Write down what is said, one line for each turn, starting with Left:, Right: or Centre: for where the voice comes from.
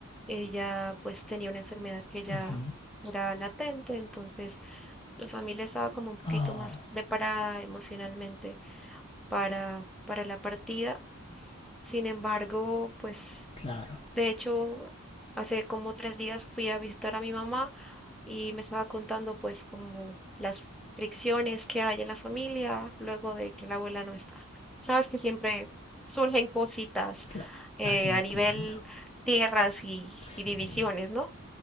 Centre: ella pues tenía una enfermedad que ya
Left: Ujú.
Centre: era latente, entonces la familia estaba como un poquito
Left: Oh,
Centre: más preparada emocionalmente para, para la partida. Sin embargo, pues
Left: claro.
Centre: de hecho, hace como tres días fui a visitar a mi mamá y me estaba contando pues como las fricciones que hay en la familia luego de que la abuela no está. Sabes que siempre surgen cositas
Left: Claro.
Centre: eh,
Left: Ah, te entiendo.
Centre: a nivel tierras y,
Left: Sí.
Centre: y divisiones, ¿no?